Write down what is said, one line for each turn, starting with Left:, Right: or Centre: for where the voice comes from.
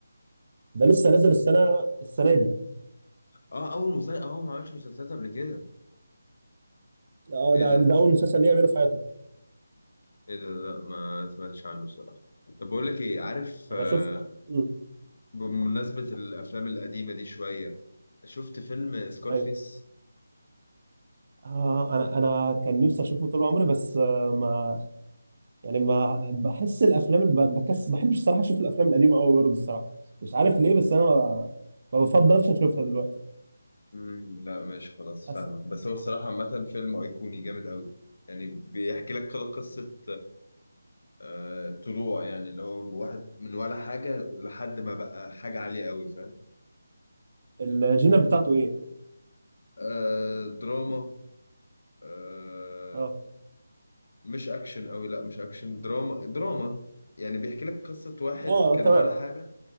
Right: ده لسه نازل السنه السنه دي
Left: اه اول مسلسل اه هو ما عملش مسلسلات قبل كده
Right: اه
Left: ايه
Right: ده
Left: ده
Right: ده اول مسلسل ليه يعمله في حياته
Left: ايه ده لا ما سمعتش عنه الصراحه طب بقول لك ايه عارف
Right: انا
Left: آه
Right: شفت مم.
Left: بمناسبة الافلام القديمة دي شوية شفت فيلم سكارفيس
Right: ايوه آه انا انا كان نفسي اشوفه طول عمري بس آه ما يعني ما بحس الافلام الب... بكس بحبش الصراحه اشوف الافلام القديمه قوي برضه الصراحه مش عارف ليه بس انا ما, ما بفضلش اشوفها دلوقتي
Left: امم لا ماشي خلاص
Right: أس...
Left: فاهمك بس هو الصراحة عامة فيلم ايقوني جامد قوي يعني بيحكي لك كده قصة آه طلوع يعني اللي هو واحد من ولا حاجة لحد ما بقى حاجة عالية قوي فاهم
Right: الجينر بتاعته ايه
Left: آه دراما آه
Right: اه
Left: مش اكشن قوي لا مش اكشن دراما دراما يعني بيحكي لك قصة واحد
Right: اه
Left: كان
Right: تمام
Left: ولا حاجة